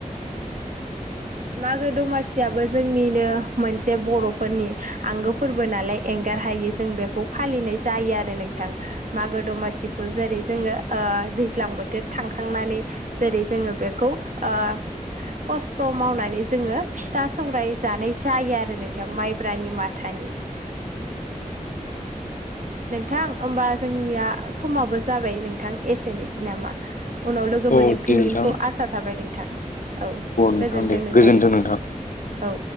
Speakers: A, on the right; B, on the left.
A: मागो दमासियाबो जोंनिनो। मोनसे बर'फोरनि आंगो फोरबो नालाय एंगार हायि जों बेखौ फालिनाय जायो आरो नोंथां। मागो दमासिखौ जेरै जोङो ओ दैज्लां बोथोर थांखांनानै जेरै जोङो बेखौ ओ खस्थ' मावनानै जोङो फिथा सौराय जानाय जायो आरो नोंथां माइब्रानि माथानि नोंथां होमबा जोंनिया समाबो जाबाय नोंथां एसेनोसै नामा। उनाव लोगो
B: औ
A: मोनफिनगोनखौ
B: दे नोंथां
A: आसा थाबाय नोंथां। औ
B: नोंथां
A: गोजोन्थों
B: दे
A: नोंथांनिसिम
B: गोजोन्थों नोंथां।
A: औ।